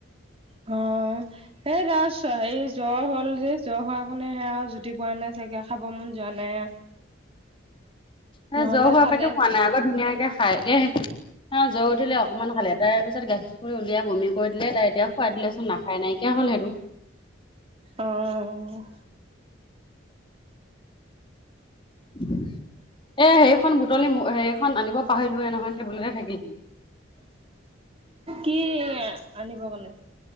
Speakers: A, on the right (about 30°); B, on the left (about 25°).
A: অ', সেই ৰাচ হেৰি জ্বৰ হ'ল যে, জ্বৰ হোৱাৰ কাৰণে সেয়া আৰু জুতি বোৱা নাই চাগে খাব মন যোৱা নাই।
B: হে
A: নহ'লে
B: জ্বৰ হোৱাৰ
A: খালে
B: পৰাইটো খোৱা নাই আগত ধুনীয়াকে খাই দেই। হাঁ, জ্বৰ উঠিলে অকমান খালে, তাৰ পিছত গাখীৰটো উলিয়াই বমি কৰি দিলে তাই এতিয়া খুৱাই দিলে চোন না অ', নাইকিয় হ'ল সেইটো।
A: অ',
B: এ সেইখন বুটলি সেৰিখন আনিব পাহৰিলোয়ে নহয় টেবুলতে থাকি গল।
A: কি আনিব কাৰণে?